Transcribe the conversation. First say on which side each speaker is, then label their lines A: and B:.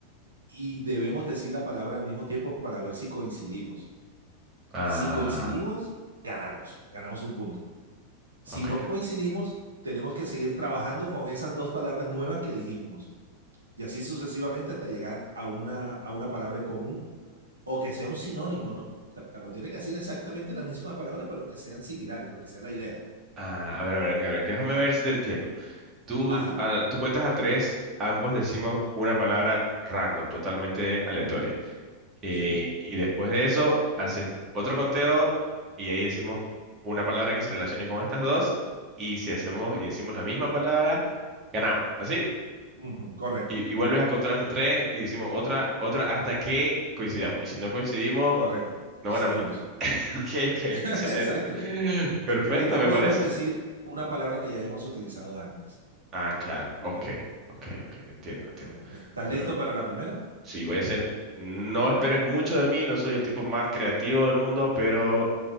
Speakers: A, on the right; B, on the right.
A: y debemos decir la palabra al mismo tiempo para ver si coincidimos.
B: Ah,
A: Si coincidimos, ganamos, ganamos un punto. Si
B: ok.
A: no coincidimos, tenemos que seguir trabajando con esas dos palabras nuevas que dijimos y así sucesivamente hasta llegar a una, a una palabra en común o que sea un sinónimo, ¿no? O sea, no tiene que decir exactamente la misma palabra, pero que sean similares, lo que sea la idea.
B: Ah, a ver, a ver, Gabriel, déjame
A: Y,
B: ver si te entiendo. Tú,
A: ajá.
B: a- tú cuentas a tres, ambos decimos una palabra random, totalmente aleatoria.
A: Ujú.
B: Eh,
A: Sí.
B: y después de eso, haces otro conteo y ahí decimos una palabra que se relacione con estas dos. Y si hacemos y decimos la misma palabra, ganamos. ¿Así?
A: Ujú, Correcto,
B: Y, y vuelves a contar hasta tres y decimos otra, otra hasta que coincidamos. Y si no coincidimos,
A: correcto.
B: No
A: Seguimos.
B: ganamos nunca. <laughs> Ok, ok, excelente.
A: <laughs> Exacto.
B: <laughs> Perfecto,
A: Y no
B: me
A: podemos
B: parece.
A: decir una palabra que ya hayamos utilizado antes.
B: Ah, claro. Ok,
A: Ok,
B: ok, ok. Entiendo, entiendo.
A: Bueno, ¿estás
B: Bueno,
A: listo para la primera?
B: sí, voy a ser. No esperes mucho de mí, no soy el tipo más creativo del mundo, pero